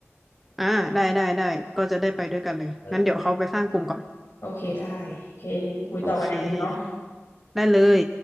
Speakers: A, in the centre; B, on the left.
A: อ่าได้ได้ได้ก็จะได้ไปด้วยกันเลยงั้นเดี๋ยวเขาไปสร้างกลุ่มก่อน
B: เออเออโอเคได้โอเคเดี๋ยวจะคุยต่อกันในกลุ่มเนาะ
A: โอเคได้เลย